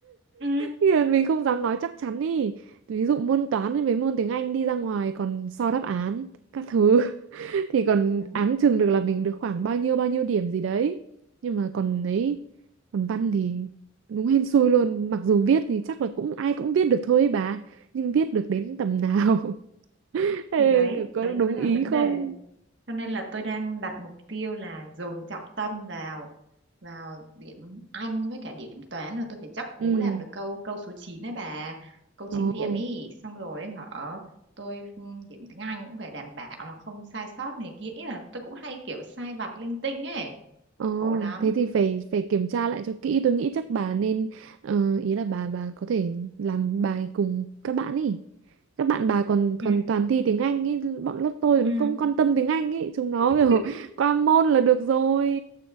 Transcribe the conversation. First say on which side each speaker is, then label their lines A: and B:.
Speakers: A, on the right (about 60°); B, on the right (about 75°).
A: Ừ,
B: Thì là mình không dám nói chắc chắn ý ví dụ môn toán với mấy môn tiếng Anh đi ra ngoài còn so đáp án các thứ <laughs> thì còn
A: Đấy,
B: áng chừng được là mình được khoảng bao nhiêu bao nhiêu điểm gì đấy nhưng mà còn ấy còn văn thì đúng hên xui luôn mặc dù viết thì chắc là cũng ai cũng viết được thôi ấy bà nhưng viết được đến tầm nào <laughs> Ê,
A: thì đấy,
B: có
A: đấy
B: đúng
A: mới là
B: ý
A: vấn
B: không
A: đề. Cho nên là tôi đang đặt mục tiêu là dồn trọng tâm vào vào điểm Anh với cả điểm toán là tôi phải chắc cú
B: ừ
A: làm được câu câu số 9 đấy bà. Câu chín
B: ồ
A: điểm ý, xong rồi hả? Tôi ừ, điểm tiếng Anh cũng phải đảm bảo là không sai sót này kia. Ý là tôi cũng hay kiểu sai vặt linh tinh ấy,
B: Ờ,
A: khổ lắm.
B: thế thì phải phải kiểm tra lại cho kỹ. Tôi nghĩ chắc bà nên ờ, ý là bà bà có thể làm bài cùng các bạn ý. Các bạn bà còn
A: ừ,
B: còn toàn thi tiếng Anh ý, bọn lớp tôi
A: ừ.
B: nó không quan tâm tiếng Anh ý, chúng nó
A: <laughs>
B: kiểu <laughs> qua môn là được rồi.